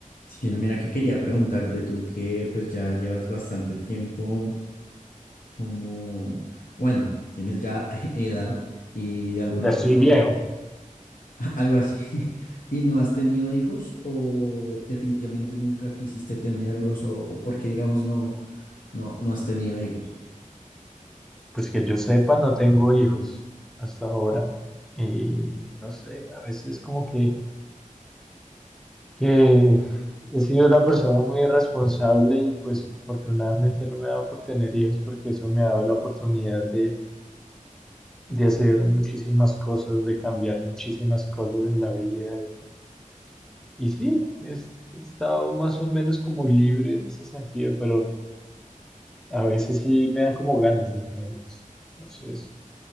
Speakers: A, on the left (about 80°); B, in the centre.
A: Sí, no, mira que quería preguntarte tú que pues ya llevas bastante tiempo como, bueno, tienes ya <laughs> edad y de alguna
B: Ya
A: otra
B: estoy
A: forma,
B: viejo,
A: <laughs> algo así, <laughs> y no has tenido hijos o definitivamente nunca quisiste tenerlos o, o porque digamos no, no, no has tenido hijos.
B: pues que yo sepa, no tengo hijos hasta ahora. Y no sé, a veces como que, que he sido una persona muy irresponsable y pues afortunadamente no me ha dado por tener hijos porque eso me ha dado la oportunidad de, de hacer muchísimas cosas, de cambiar muchísimas cosas en la vida. Y, y sí, es- he estado más o menos como libre en ese sentido, pero a veces sí me dan como ganas de tener hijos. Entonces,